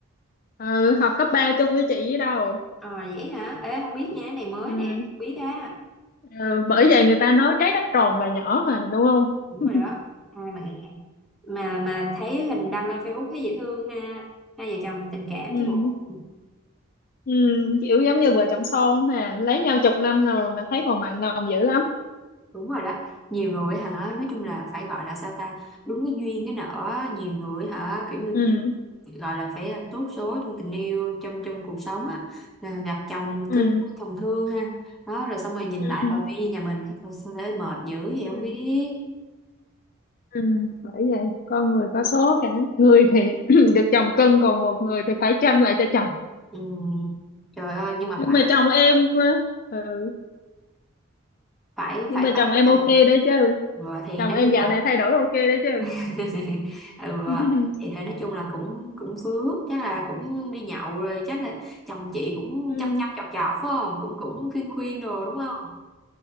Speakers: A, on the left (about 40°); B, in the centre.
A: ờ, ừ, học cấp 3 chung với chị với đâu
B: ờ vậy hả ê không biết nha cái này mới
A: ừ,
B: nè không biết á
A: ừ, bởi vậy người ta nói trái đất tròn và nhỏ mà đúng không
B: đúng
A: <laughs>
B: rồi đó ai mà mà mà thấy hình đăng lên Facebook thấy dễ thương ha hai vợ chồng tình cảm
A: ừ,
B: chứ bộ
A: ừ, kiểu giống như vợ chồng son mà lấy nhau chục năm rồi mình thấy còn mặn nồng dữ lắm
B: đúng rồi đó nhiều người hả nói chung là phải gọi là sao ta đúng cái duyên cái nợ nhiều người hả kiểu như
A: ừ,
B: gọi là phải là tốt số trong tình yêu trong trong cuộc sống á là gặp chồng
A: ừ,
B: cưng chồng thương ha đó rồi xong rồi nhìn
A: ừ,
B: lại bà Vi nhà mình "Thôi sao thấy mệt dữ vậy không
A: ừ.
B: biết
A: Ừ, bởi vậy con người có số cả người thì <clears throat> được chồng cưng còn một người thì phải chăm lại cho chồng
B: Ừm, trời ơi nhưng mà
A: nhưng
B: phải
A: mà chồng em ờ, ừ,
B: phải
A: nhưng
B: phải
A: mà
B: phải
A: chồng em
B: nào
A: ok đấy chứ
B: rồi thì
A: chồng
B: nói
A: em
B: chung
A: dạo
B: là
A: này thay đổi ok đấy chứ
B: <laughs> ừ,
A: <laughs>
B: à, thì thế nói chung là cũng cũng phước chắc là cũng đi nhậu rồi chắc là chồng chị cũng
A: ừ.
B: chăm
A: ừ.
B: chăm chọc chọc phải không cũng cũng khuyên khuyên đồ đúng không